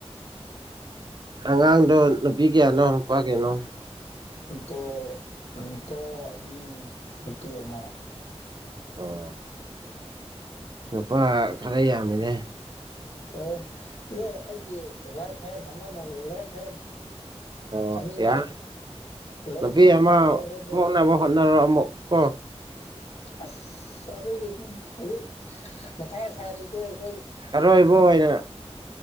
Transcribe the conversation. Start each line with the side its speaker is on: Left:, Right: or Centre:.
Right: ꯑꯣ ꯑꯉꯥꯡꯗꯣ ꯅꯨꯄꯤ ꯀꯌꯥꯅꯣ ꯅꯨꯄꯥ ꯀꯌꯥꯅꯣ
Left: ꯑꯇꯣ ꯅꯨꯄꯥ ꯑꯅꯤ ꯅꯨꯄꯤ ꯑꯃ
Right: ꯑꯣ ꯅꯨꯄꯥ ꯈꯔ ꯌꯥꯝꯃꯦꯅꯦ
Left: ꯑ ꯑꯦ ꯑꯩꯒꯤ ꯔꯥꯏꯠ ꯍꯦꯟ ꯑꯃꯅ ꯂꯦꯐ ꯍꯦꯟ
Right: ꯑꯣ
Left: ꯑꯅꯤꯅꯦ
Right: ꯌꯥꯔꯦ
Left: ꯂꯦꯐ
Right: ꯅꯨꯄꯤ
Left: ꯍꯦꯟꯒ
Right: ꯑꯃ
Left: ꯔꯥꯏꯠ ꯍꯦꯟꯅꯦꯕ
Right: ꯄꯣꯛꯅꯕ ꯍꯣꯠꯅꯔꯣ ꯑꯃꯨꯛ ꯀꯣ
Left: ꯑꯁ ꯑꯗꯨꯒꯤꯅꯦ ꯍꯧꯖꯤꯛ ꯃꯊꯥ ꯁꯥꯔꯤꯁꯦ ꯑꯩꯈꯣꯏ
Right: ꯑꯔꯣꯏꯕ ꯑꯣꯏꯅ